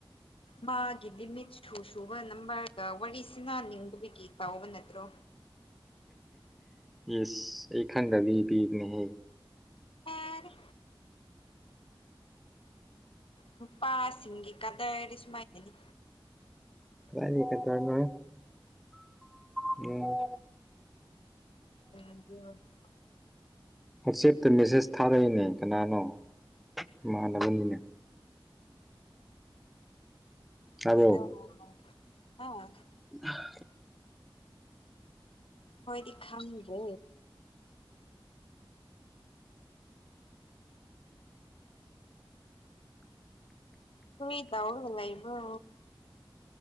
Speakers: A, on the left (about 85°); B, in the centre.
A: ꯃꯥꯒꯤ ꯂꯤꯃꯤꯠ ꯁꯨ ꯁꯨꯕ ꯅꯝꯕꯔꯒ ꯋꯥꯔꯤ ꯁꯅꯥ ꯅꯤꯡꯗꯕꯒꯤ ꯇꯧꯕ ꯅꯠꯇ꯭ꯔꯣ
B: ꯏꯁ ꯑꯩ ꯈꯪꯗꯕꯤ ꯄꯤꯕꯅꯦꯍꯦ
A: ꯌꯥꯔꯦ ꯅꯨꯄꯥꯁꯤꯡꯒꯤ ꯀꯥꯗ꯭ꯔꯗꯤ ꯁꯨꯃꯥꯏꯅꯅꯤ
B: ꯀꯗꯥꯢꯗꯒꯤ ꯀꯥꯗ꯭ꯔꯅꯣ ꯎꯝ
A: <unintelligible>
B: ꯋꯥꯆꯦꯞꯇ ꯃꯦꯁꯦꯁ ꯊꯥꯔꯛꯏꯅꯦ ꯀꯅꯥꯅꯣ ꯏꯃꯥꯟꯅꯕꯅꯤꯅꯦ ꯇꯥꯕ꯭ꯔꯣ
A: ꯀꯩꯗ <unintelligible> ꯍꯥ
B: ꯍꯥ <inaudible>
A: ꯑꯩꯈꯣꯏꯗꯤ ꯈꯪꯗꯦ ꯀꯔꯤ ꯇꯧꯔꯒ ꯂꯩꯕ꯭ꯔꯣ